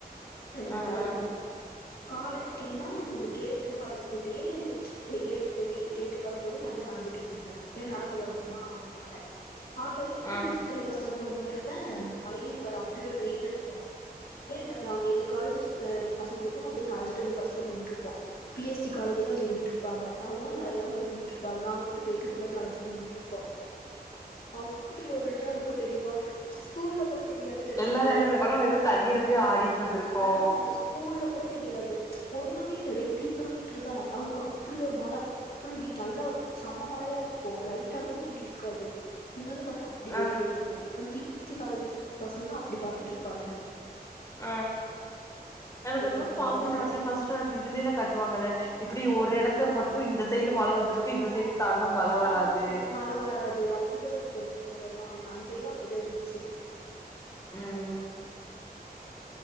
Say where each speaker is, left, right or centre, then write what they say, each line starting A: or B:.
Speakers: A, on the left; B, on the left.
A: அந்த
B: ஆ
A: மார்தா
B: ஆ
A: இருக்கூ காலேஜ்க்கின்னா இந்த கேட்டுல இருந்து வரதுக்குள்ளயே வெ கேட்டு வரும்போது நல்லா நனஞ்சிட்டு ஞ்சிருவ ஏ நடந்து வரணுமா <unintelligible> ஆட்டோ ஏறி
B: ஆ
A: சித்ரா பஸ் ஸ்டாண்டுக்கு வரு வே மழயே இருக்காது அப்டி ஒரு வெயில் அடிக்கூ அப்டே எங்க காலேஜ் அ பசங்க ட்டு கொஞ்சோ நனஞ்சிட்டு வந்து பஸ் ஸ்டாப்ல நின்னுட்ருப்போ பி எஸ் டி காலேஜ்ல வந்து நின்னுட்டுருப்பாங்க அவுங்கலா நனையாம வந்து நின்னுட்ருப்பாங்க நாங்க மட்டு பேக்குக் மாரி நனஞ்ச்சிட்டு நின்னுட்ருப்போ அப்டி ஒரு இதா இருக்கூ தெரியுமா ஸ்கூல்ல கூட தெரியாதுன்னு வச்சுக்கோயே
B: எல்லாரு என்ன நெனைப்பாங்க நம்ம ஏதோ தண்ணீல போய் ஆடிட்டு வந்திருக்கோ
A: ஆ ஸ்கூல்ல கூட தெரியாது ஒண்ணுமே இல்ல ரெண்டு கிலோமீட்டர் தா அங்க அப்பிடி ஒரு மழ அப்பிடி நல்லா செம்ம மழயா இருக்கூ லைட்டா கூட தூரி இருக்காது இங்க வந்து பாத்தா அப் ப்பிடி
B: ஆ
A: வெயில் அடிக்கு அந்ந <inaudible> காலேஜ் பசங்கல்லா அப்டி பாத்துட்ருப்பாங்க
B: ஆ எனக்கு அந்த மாரி
A: வெளையாண்ட்டு
B: பாக்குன்னு
A: அந்த மாரி
B: ஆச ஃபஸ்ட் <unintelligible> இதுலல்லா கட்டுவாங்கத இப்பிடி ஒரு எடத்த மட்டு இந்த சைடு மழ வந்துருக்கு இந்த சைடு தாண்டுனா மழ வராது
A: ஆ மழ வராது அப்பிடிதா இருக்கூ இங்கல்லா அஞ்சைட்லா அப்பிடிதா இருந்துச்சு
B: ம் ம்